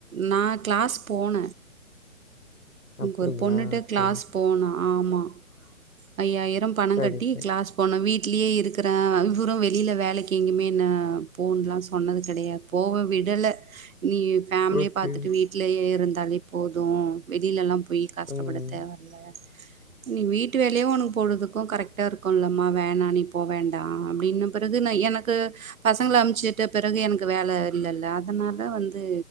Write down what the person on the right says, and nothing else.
நா கிளாஸ் போன இங்க
ஒரு பொண்ணு கிட்ட
கிளாஸ்
போனா ஆமா ஐயாயிர ம் பணங்கட்டி
கிளாஸ் போன வீட் லயே இருக்கற இவுறு வெளில வேலைக்கு எங்கேமே என்ன போன்லா சொன்னது கெடையா போவ விடல நீ ஃபேமிலிய
பாத்துட்டு வீட்லயே இருந்து தாலே போதோ வெளிலெல்லாப் போய் கஷ்டப்பட
தேவ இல்ல நீ வீட்டு வேலயே உனக்கு பொழுதுக்கோ கரெக்ட்டா இருக்குலமா வேணா நீ போ வேண்டா அப்டின்னு பிறகு நா எனக்கு பசங்கள அமுச்சுட்டு பிறகு எனக்கு வேல இல்லல அதனால வந்து